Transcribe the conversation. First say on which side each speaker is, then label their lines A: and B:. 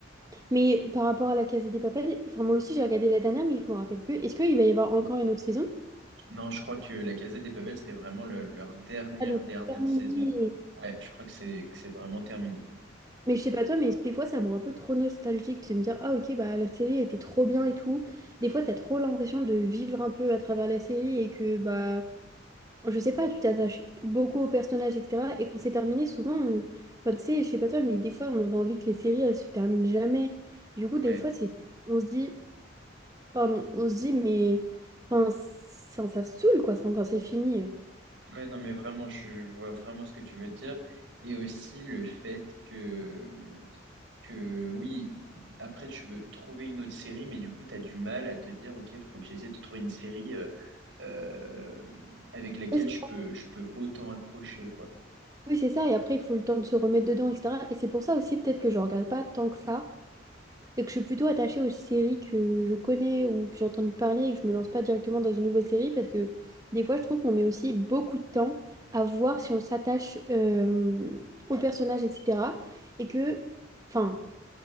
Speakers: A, on the right; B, on the right.
A: Mais par rapport à la Casa des Papel, enfin moi aussi j'ai regardé la dernière, mais je me rappelle plus. Est-ce qu'il va y avoir encore une autre saison?
B: Non, je crois que la Casa des Papel, c'était vraiment le- leur dernière,
A: Ah, donc
B: dernière
A: terminé
B: saison. Ouais, je crois que c'est que c'est vraiment terminé.
A: Mais je sais pas toi, mais des fois ça me rend un peu trop nostalgique de me dire ah ok bah la série elle était trop bien et tout. Des fois t'as trop l'impression de vivre un peu à travers la série et que bah je sais pas, tu t'attaches beaucoup aux personnages etc. Et quand c'est terminé souvent, euh, enfin tu sais, je sais pas toi, mais des fois on aurait envie que les séries elles se terminent jamais. Du coup
B: Ouais,
A: des fois c'est on se dit pardon, on se dit mais enfin ça, ça saoule quoi ça, quand c'est fini.
B: ouais, non, mais vraiment, je, je vois vraiment ce que tu veux dire. Et aussi le fait que, que oui, après, tu veux trouver une autre série, mais du coup, tu as du mal à te dire, OK, faut que j'essaie de trouver une série euh, euh, avec laquelle
A: Ouais, c'est-
B: je peux, je peux autant accrocher, quoi.
A: Oui c'est ça et après il faut le temps de se remettre dedans etc. Et c'est pour ça aussi peut-être que je regarde pas tant que ça. Et que je suis plutôt attachée aux séries que je connais ou que j'ai entendu parler et que je me lance pas directement dans une nouvelle série parce que des fois je trouve qu'on met aussi beaucoup de temps à voir si on s'attache euh, au personnage, etc. Et que, enfin,